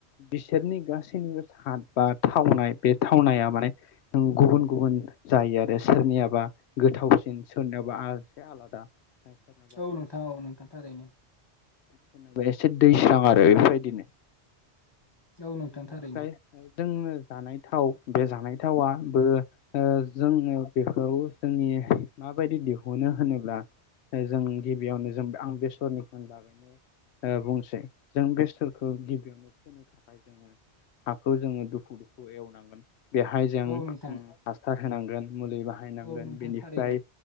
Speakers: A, on the left (about 75°); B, on the left (about 25°).
A: बिसोरनि गासैबो साद बा थावनाय बे थावनाया माने गुबुन-गुबुन जायो आरो सोरनियाबा गोथावसिन सोरनियाबा आ एसे आलादा सोरनाबा
B: औ नोंथां औ नोंथां थाररैनो
A: जेनेबा एसे दैस्रां आरो बेफोरबायदिनो
B: औ नोंथां
A: बेनिफ्राय
B: थारैनो
A: जोङो जानाय थाव बे जानाय थावा बो ओ जोङो बेखौ जोंनि माबायदि दिहुनो होनोब्ला जों गिबियावनो जों आं बेसरनिखौ बागैनो बुंसै जों बेसरखौ गिबियावनो फोननो थाखाय जोङो हाखौ जोङो दुफु- दुफु एवनांगोन बेहाय जों
B: औ नोंथां
A: हासार होनांगोन मुलि बाहायनांगोन
B: औ नोंथां
A: बेनिफ्राय
B: थारैनो